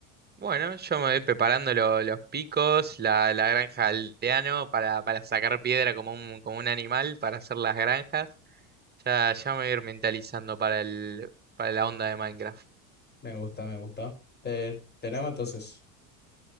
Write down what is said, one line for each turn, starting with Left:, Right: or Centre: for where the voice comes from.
Right: Bueno, yo me voy preparando lo- los picos, la, la granja aldeano para, para sacar piedra como un, como un animal para hacer las granjas. Ya, ya me voy a ir mentalizando para el, para la onda de Minecraft.
Left: Me gusta, me gusta. Te, tenemos entonces.